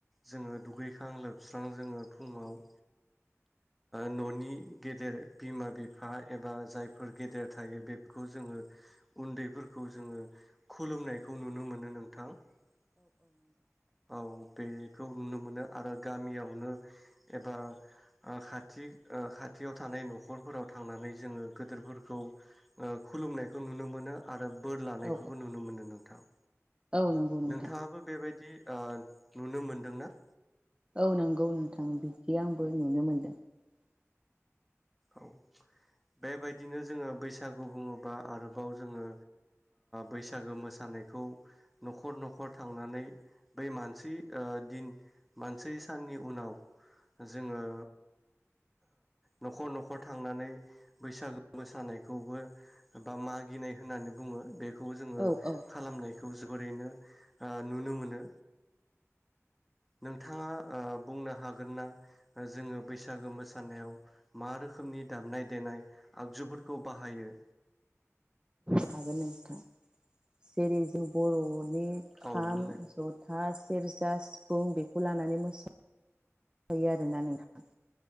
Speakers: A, in the centre; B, on the right.
A: जोंङो दुगैखां लोबस्रां जोंङो फुंआव न'नि गेदेर बिमा बिफा एबा जायफोर गेदेर थायो बेफोरखौ जोंङो उन्दैफोरखौ खौ जोंङो खुलुमनायखौ नुनो मोनो नों थां। औ बेखौ नुनो मोनो आरो गामियावनो एबा खाथि खाथियाव थानाय न'खरफोराव थांनानै जोङो गोदोरफोर खौ खुलुमनायखौ नुनो मोनो। आरो बोर लानायखौबो
B: औ
A: नुनो मोनो नोंथां।
B: औ नंगौ नोंथां
A: नोंथाङाबो बेबायदि बिदि नुनो मोनदोंना?
B: औ नंगौ नोंथां बिदि आंबो <inaudible>
A: औ। बेबायदिनो जोङो बैसागु बुङोबा आरोबाव जोङो बैसागो मोसानायखौ न'खर न'खर थांनानै बै मानसि दिन मानसे साननि उनाव जोङो न'खर न'खर थांनानै बैसागो मोसानायखौबो बा मागिनाय होननानै बुङो बे खौ जोङो
B: औ औ
A: खालामनाय खौ जोबोरैनो नुनो मोनो नोंथाङा बुंनो हागोन ना जोङो बैसागो मो मोसानायाव मा रोखोमनि दामनाय देनाय आगजुफोरखौ बाहायो?
B: हागोन नोंथां जेरै जों बर' नि खाम
A: औ बुंनाय
B: जथा सेरजा सिफुं बेखौ लानानै मोसा बै आरो ना नोंथां